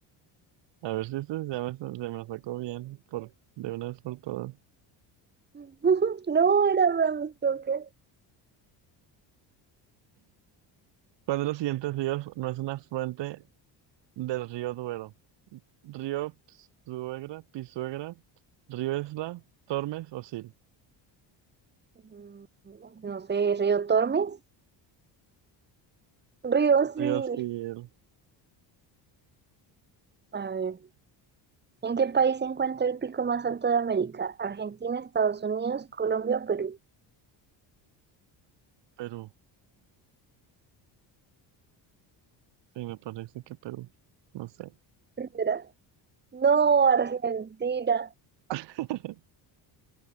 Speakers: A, on the right; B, on the right.
A: A ver si este ya me, se me lo sacó bien por, de una vez por todas.
B: <laughs> No era Bram Stoker.
A: ¿Cuál de los siguientes ríos no es un afluente del río Duero? Río Suegra, Pisuegra, Río Esla, Tormes o Sil.
B: Mm, No sé, Río Tormes. Río,
A: Río
B: sí.
A: Sil,
B: A ver, ¿en qué país se encuentra el pico más alto de América? Argentina, Estados Unidos, Colombia, Perú.
A: Perú. Sí, me parece que Perú. No sé.
B: ¿Será? No, Argentina.
A: <laughs>